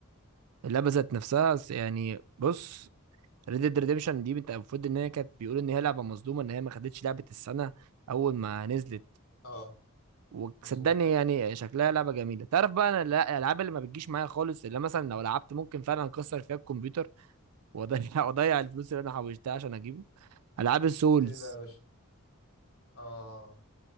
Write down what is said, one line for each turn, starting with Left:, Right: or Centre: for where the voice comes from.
Right: اللعبه ذات نفسها س- يعني بص ريد ديد ريديمشن دي انت المفروض ان هي كانت بيقولوا ان هي لعبه مظلومه ان هي ما خدتش لعبه السنه اول ما نزلت
Left: اه
Right: وصدقني
Left: مظبوط
Right: يعني شكلها لعبه جميله تعرف بقى انا لا- الالعاب اللي ما بتجيش معايا خالص اللي مثلا لو لعبت ممكن فعلا اكسر فيها الكمبيوتر واضيع <laughs> واضيع الفلوس اللي انا حوشتها عشان اجيبه العاب السولز
Left: ايه بقى يا باشا اه